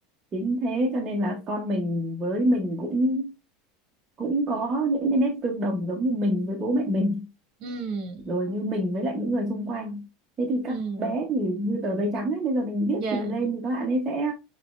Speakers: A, on the right; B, on the right.
A: chính thế cho nên là con mình với mình cũng cũng có những cái nét tương đồng giống như mình với bố mẹ mình
B: ừ,
A: rồi như mình với lại những người xung quanh thế thì
B: ừ,
A: các bé thì như tờ giấy trắng ấy bây giờ mình viết
B: dạ,
A: gì lên thì các bạn ấy sẽ